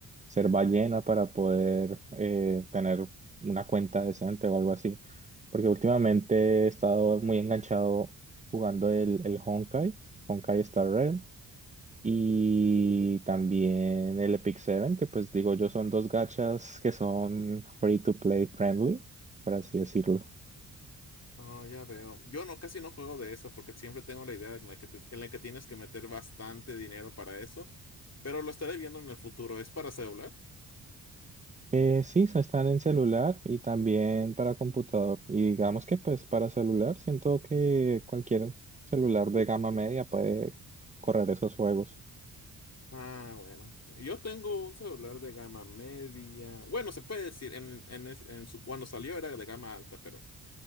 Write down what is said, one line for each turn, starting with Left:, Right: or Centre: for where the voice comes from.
Right: ser ballena para poder eh, tener una cuenta decente o algo así. Porque últimamente he estado muy enganchado jugando el, el Honkai, Honkai Star Rail, y también el Epic Seven, que pues digo yo son dos gachas que son free to play friendly, por así decirlo.
Left: Oh, ya veo. Yo no, casi no juego de eso porque siempre tengo la idea en la que, te- en la que tienes que meter bastante dinero para eso, pero lo estaré viendo en el futuro. ¿Es para celular?
Right: Eh, sí, so- están en celular y también para computador. Y digamos que pues para celular siento que cualquier celular de gama media puede correr esos juegos.
Left: Ah, bueno. Yo tengo un celular de gama media. Bueno, se puede decir, en, en, es- en su, cuando salió era de gama alta, pero